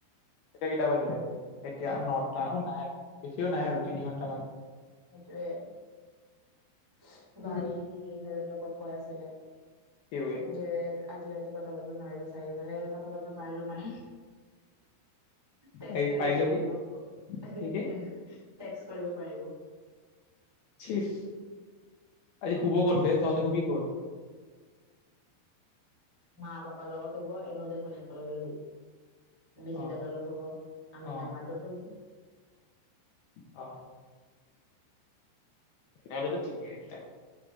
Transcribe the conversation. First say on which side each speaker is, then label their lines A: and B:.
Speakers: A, on the left (about 70°); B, on the right (about 20°).
A: এতিয়া কেইটা বাজিলে? এতিয়া নটা নাই', বেছিও নাই আৰু তিনি-ঘণ্টামান।
B: সেইটোৱে বাঢ়ি
A: উম।
B: হেলৌ তকত, কৈ আছিলে,
A: কি বোলে
B: যেন, ' আজি ৰাতিপুৱা <unintelligible> নোৱাৰিব চাগে মানে কথা পাতিব নোৱাৰিলোঁ মানে টেচ
A: পাৰি
B: কৰিব
A: পাৰিলে
B: পাৰিব
A: কি
B: <unintelligible>
A: কি কি
B: টেক্স কৰিব পাৰিব।
A: চিচ ঐশুব বাদ দে তহতে শুবি ক'ত
B: মা, পাপাৰ লগতে শুৱে এনে দেখোন একেলগে শুৱ বিজু
A: অ
B: দাদা লগত শুৱ, আমি
A: অ
B: আমাৰ তোতে শুম
A: অ এটোটো ঠিকেই আছে